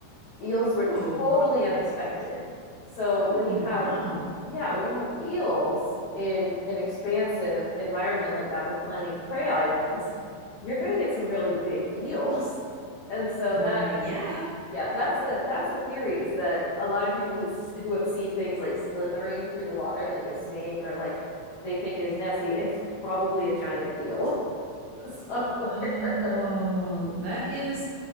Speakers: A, on the left; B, on the right.
A: eels were
B: Oh.
A: totally unexpected so when
B: Oh,
A: you have
B: wow.
A: yeah when you have eels in an expansive environment like that with plenty of prey items you're going to get some really big eels <laughs> and so
B: Uh,
A: that
B: yeah.
A: yeah, that's a that's a theory is that a lot of people who s- who have seen things like slithering through the water like a snake or like they think is Nessie, it's probably a giant eel <laughs> somewhere.
B: Oh, that is